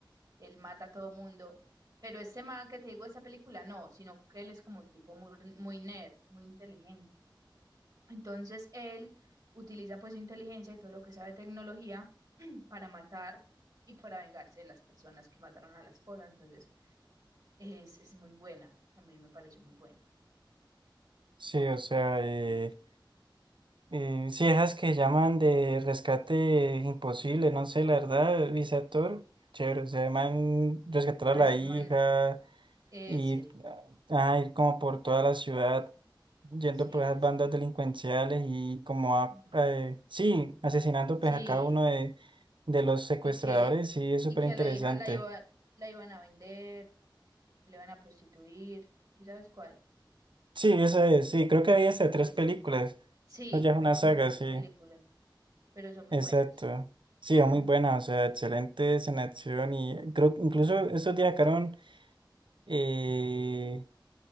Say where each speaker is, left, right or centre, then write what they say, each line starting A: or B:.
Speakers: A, on the right; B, on the right.
A: él mata a todo mundo, pero este man que te digo de esa película, no, sino que él es como un tipo muy, muy nerd, muy inteligente, entonces él utiliza pues su inteligencia y todo lo que sabe de tecnología para matar y para vengarse de las personas que mataron a la esposa, entonces es, es muy buena, también me pareció muy buena,
B: Sí, o sea, eh, Eh, sí, esas que llaman de rescate imposible, no sé, la verdad, ese actor, chévere, o sea, el man rescatar
A: ah,
B: a la
A: ese
B: hija
A: man, ese,
B: y ah, ir como por toda la ciudad, yendo
A: sí,
B: por esas
A: que
B: bandas
A: se...
B: delincuenciales y como a,
A: ah,
B: eh, sí, asesinando
A: Sí,
B: pues a cada uno de, de los secuestradores,
A: y que,
B: sí, es súper
A: y que
B: interesante.
A: a la hija la iba, la iban a vender, que le iban a prostituir, ¿sí sabes cuál?
B: Sí, esa es, sí, creo que había hasta
A: Esa.
B: tres películas,
A: Sí,
B: o ya es una
A: hay como
B: saga,
A: tres
B: sí.
A: películas, pero son muy
B: Exacto.
A: buenas.
B: Sí,
A: Esas
B: es muy
A: me
B: buena,
A: parecen.
B: o sea, excelentes en acción y creo que incluso estos días sacaron eh,